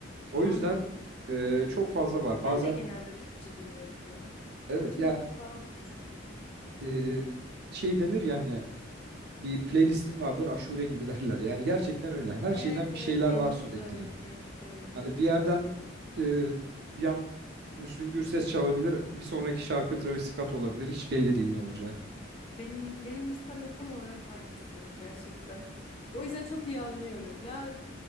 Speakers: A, on the right (about 55°); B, on the left (about 30°).
A: O
B: anladım.
A: yüzden e, çok fazla var. Bazen
B: Ben de genelde Türkçe dinlerim ya.
A: evet
B: Türkçe
A: ya
B: müzik daha çok hoşuma gidiyor.
A: e, şey denir ya hani bir playlistin vardır aşure gibi <laughs> derler. Yani gerçekten öyle. Her
B: Evet
A: şeyden bir
B: evet
A: şeyler
B: benimki
A: var sürekli.
B: de öyle benimki de öyle.
A: Hani bir yerden e, bir an Müslüm Gürses çalabilir. Bir sonraki şarkı Travis Scott olabilir. Hiç belli değil ne olacağı.
B: Benim benim listemde tam olarak aynısı gerçekten. O yüzden çok iyi anlıyorum. Ya